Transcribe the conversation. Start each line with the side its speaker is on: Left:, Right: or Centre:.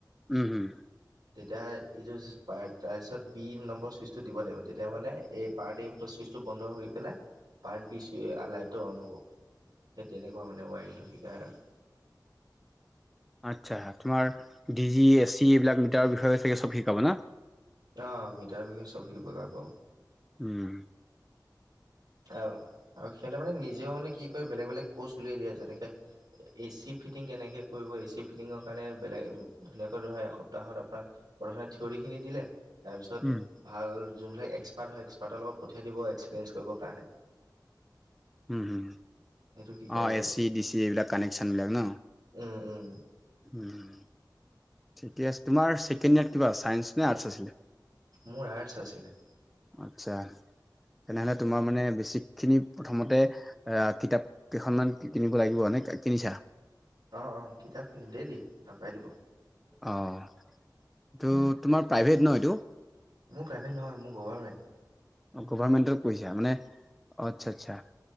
Centre: উম হোম।
Right: তেতিয়া এইটো তাৰপিছত বি নম্বৰ চুইচটো দিব লাগিব। তেতিয়া মানে এই পাৰ্ট এ চুইচ টো বন্ধ হৈ পেলাই পাৰ্ট বি চ এ লাইটটো অন হ'ব। সেই তেনেকুৱা মানে ৱায়ৰিংটো শিকায় আৰু
Centre: আচ্ছা, তোমাৰ ডি জি এছ চি এইবিলাক মিটাৰৰ বিষয়ে চাগে চব শিকাব না?
Right: অঁ মিটাৰ বিষয়ে চব খিনি শিকাব।
Centre: উ'ম।
Right: আহ আৰু সিহঁতে মানে নিজেও মানে কি কৰে বেলেগ বেলেগ কৰ্চ উলিয়াই দিয়ে। যেনেকে এ চি ফিটিং কেনেকে কৰিব এ চি ফিটিঙৰ কাৰণে বেলেগ ধুনীয়াকৈ ধৰা এসপ্তাহত আপোনাৰ প্ৰথমতে থিয়ৰি খিনি দিলে। তাৰপিছত
Centre: উম
Right: ভাল যোনবিলাক এক্সপাৰ্ট হয় এক্সপাৰ্টৰ লগত পঠিয়াই দিব এক্সপিৰিয়েঞ্চ কৰিবৰ কাৰণে।
Centre: উ'ম হু'ম
Right: সেইটো শিকাই
Centre: অ',
Right: দিয়ে
Centre: এ চি ডি চি এইবিলাক কানেকচন বিলাক ন?
Right: উম, উম
Centre: উম ঠিকে আছে। তোমাৰ ছেকেণ্ড ইয়েৰত কিবা চাইন্স নে আৰ্টছ আছিলে?
Right: মোৰ আৰ্টছ আছিলে।
Centre: আচ্ছা, তেনেহলে তোমাৰ মানে বেছিক খিনি প্ৰথমতে এ কিতাপ কেইখনমান কিনিব লাগিব। নে কে কিনিছা?
Right: অঁ অঁ কিতাপ কিনোতেই দিয়ে, তাৰ পৰাই দিব।
Centre: অহ এইটো তোমাৰ প্ৰাইভেট ন এইটো
Right: মোৰ প্ৰাইভে নহয় মোৰ গভাৰমেণ্ট
Centre: গভাৰমেণ্টৰ কৰিছা মানে অ আচ্ছা আচ্ছা